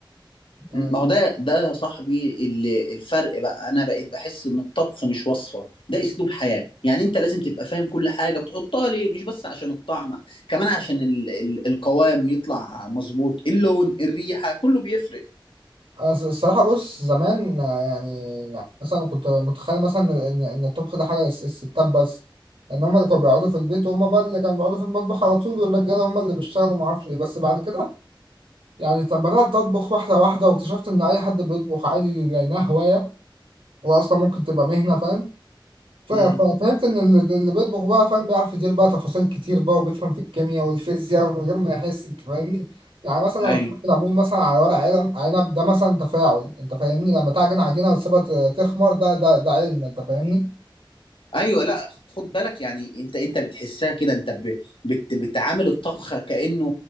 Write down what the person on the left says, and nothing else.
ما
هو ده ده يا صاحبي ال- الفرق بقى انا بقيت بحس ان الطبخ مش وصفه ده اسلوب حياه يعني انت لازم تبقى فاهم كل حاجه بتحطها ليه مش بس عشان الطعم كمان عشان ال ال القوام يطلع مظبوط اللون الريحه كله بيفرق
امم
ايوه
ايوه لا خد بالك يعني انت انت بتحسها كده انت ب- بت بتعامل الطبخ كانه